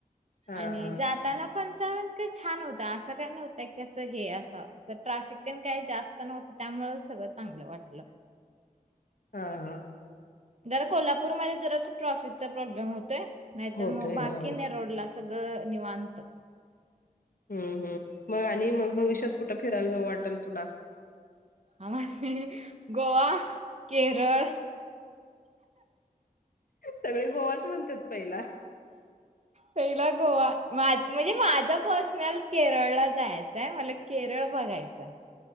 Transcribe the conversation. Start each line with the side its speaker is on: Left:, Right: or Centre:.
Left: हा
Right: आणि
Left: हा
Right: जाताना पण. वातावरण इतक छान होता. असं काय नव्हतं की असं हे काय असं ट्रॅफिक तेन काय जास्त नव्हत त्यामुळ सगळं चांगलं वाटलं.
Left: हा हा.
Right: जर कोल्हापूरमध्ये जरासं ट्रॅफिकचा प्रॉब्लेम होत तय नाही तर
Left: होतोय
Right: मग बाकी
Left: हा
Right: नाही रोडला असं सगळं निवांत.
Left: हम्म हम्म मग आणि मग भविष्यात कुठं फिरायला जाऊ वाटल तुला?
Right: आम्हासनी गोवा. केरळ
Left: सगळी गोवाच म्हणतात पहिला.
Right: पहिला गोवा म्हणजे माझं पर्सनल केरळला जायचंय, मला केरळ बघायचंय.